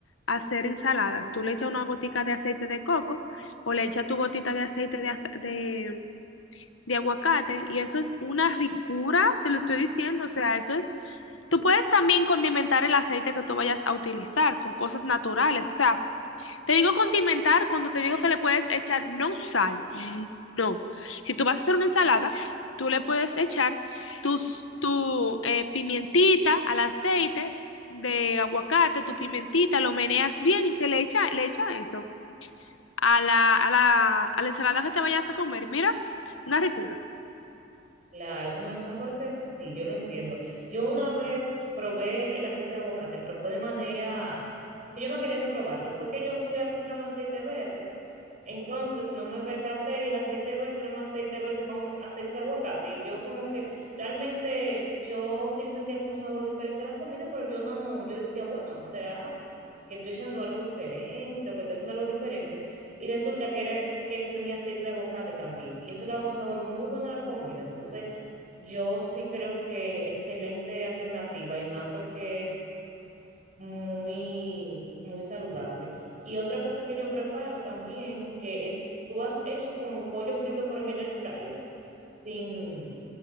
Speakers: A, on the left (about 85°); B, on the right (about 40°).
A: hacer ensaladas. Tú le echas una gotica de aceite de coco o le echas tu gotita de aceite de, ace- de, de aguacate y eso es una ricura, te lo estoy diciendo. O sea, eso es... Tú puedes también condimentar el aceite que tú vayas a utilizar con cosas naturales. O sea, te digo condimentar cuando te digo que le puedes echar no sal, no. Si tú vas a hacer una ensalada, tú le puedes echar tus, tu eh, pimientita al aceite de aguacate, tu pimentita, lo meneas bien y se le echa, le echa eso a la, a la, a la ensalada que te vayas a comer. Mira, una ricura.
B: claro, no, esa parte sí, yo lo entiendo. Yo una vez probé el aceite de aguacate, pero fue de manera que yo no quería ni probarlo. Fue que yo fui a comprar un aceite verde Entonces no me percaté y el aceite verde era un aceite verde con aceite de aguacate y yo como que realmente yo sí le sentía como un sabor diferente a la comida, pero yo no, yo decía, bueno, ¿será que estoy echando algo diferente o que estoy haciendo algo diferente? Y resulta que era que eso tenía aceite de aguacate también y eso le daba un sabor muy bueno a la comida. Entonces yo sí creo que excelente alternativa y más porque es muy, muy saludable. Y otra cosa que yo preparo también, que es, tú has hecho como pollo frito, pero en el air fryer, sin,